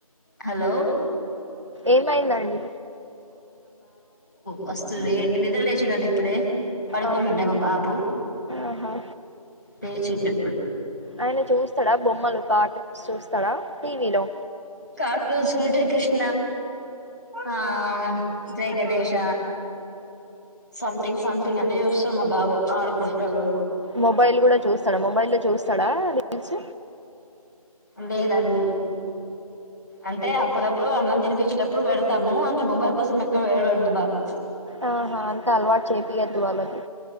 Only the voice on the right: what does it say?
ఏమైందండి
అవునా
ఆహా
ఆయన చూస్తాడా బొమ్మలు కార్టూన్స్ చూస్తాడా టీవీలో
మొబైల్ గుడా చూస్తాడా మొబైల్ లో చూస్తాడా రీల్స్
ఆహా అంత అలవాటు చేపియద్దు వాళ్ళకి